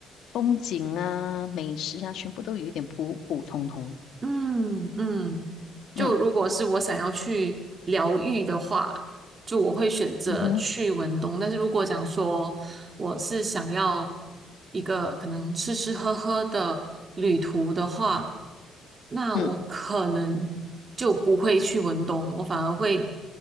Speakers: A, on the left (about 65°); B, on the right (about 25°).
A: 风景啊、美食啊，全部都有点普普通通。
B: 嗯嗯，
A: 嗯
B: 就如果是我想要去疗愈的话，就我会选择去文东，
A: 嗯哼，
B: 但是如果讲说我是想要一个可能吃吃喝喝的旅途的话，那我可能就不会去文东，
A: 嗯
B: 我反而会